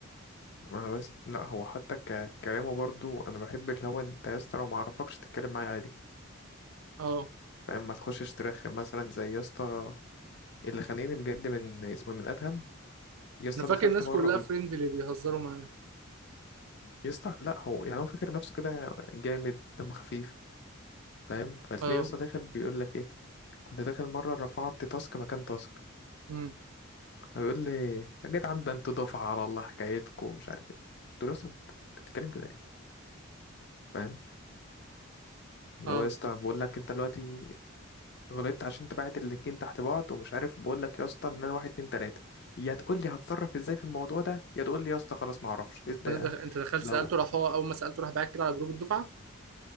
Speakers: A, on the left; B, on the right.
A: انا بس لا هو حتى ك- كلامه برضو انا بحب اللي هو انت يا اسطى لو ما اعرفكش تتكلم معايا عادي
B: اه
A: فاهم ما تخشش ترخم مثلا زي يا اسطى اللي خانقني بجد من اسمه من ادهم يا اسطى
B: انا فاكر
A: دخلت
B: الناس
A: مره
B: كلها
A: قلت
B: فريندلي بيهزروا معاه
A: يا اسطى لا هو يعني هو فاكر نفسه كده جامد دم خفيف فاهم فتلاقيه
B: اه
A: يا اسطى داخل بيقول لك ايه كنت داخل مره رفعت تاسك مكان تاسك
B: امم
A: هيقول لي يا جدعان ده انتوا دفعه على الله حكايتكم مش عارف ايه قلت له يا اسطى انت بتتكلم كده ليه فاهم اللي
B: اه
A: هو يا اسطى بقول لك انت دلوقتي غلطت عشان انت باعت اللينكين تحت بعض ومش عارف بقول لك يا اسطى ان انا واحد اتنين تلاته يا تقول لي هتصرف ازاي في الموضوع ده يا تقول لي يا اسطى خلاص ما اعرفش ايه ده
B: انت دخ... انت دخلت
A: لو
B: سالته راح هو اول ما سالته راح بعت كده على جروب الدفعه